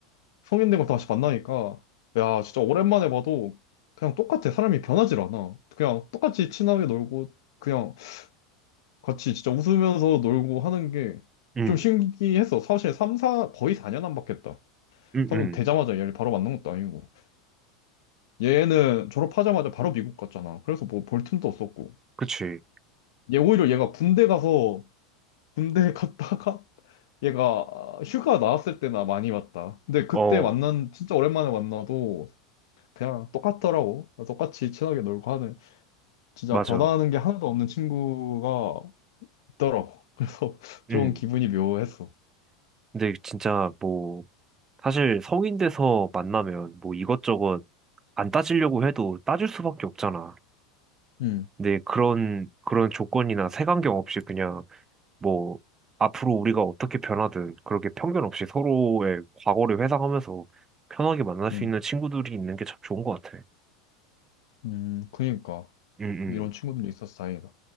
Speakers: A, on the left (about 70°); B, on the right (about 20°).
A: 성인 되고 다시 만나니까 야 진짜 오랜만에 봐도 그냥 똑같아 사람이 변하질 않아 그냥 똑같이 친하게 놀고 그냥 같이 진짜 웃으면서 놀고 하는 게
B: 음
A: 좀 신기했어 사실 3, 4 거의 4년 안 바뀌었다
B: 음
A: 성인
B: 음
A: 되자마자 얘를 바로 만난 것도 아니고 얘는 졸업하자마자 바로 미국 갔잖아 그래서 뭐 볼 틈도 없었고
B: 그치,
A: 얘 오히려 얘가 군대 가서 군대 갔다가 <laughs> 얘가 휴가 나왔을 때나 많이 봤다 근데 그때
B: 어,
A: 만난 진짜 오랜만에 만나도 그냥 똑같더라고. 똑같이 친하게 놀고 하는 진짜
B: 맞아.
A: 변화하는 게 하나도 없는 친구가 있더라고. 그래서 <laughs> 좀
B: 음
A: 기분이 묘했어.
B: 근데 진짜 뭐, 사실 성인 돼서 만나면 뭐 이것저것 안 따지려고 해도 따질 수밖에 없잖아.
A: 음,
B: 근데 그런 그런 조건이나 색안경 없이 그냥 뭐 앞으로 우리가 어떻게 변하든 그렇게 편견 없이 서로의 과거를 회상하면서 편하게 만날 수
A: 음,
B: 있는 친구들이 있는 게 참 좋은 것 같아.
A: 음, 그니까
B: 응응.
A: 이런 친구들이 있어서 다행이다.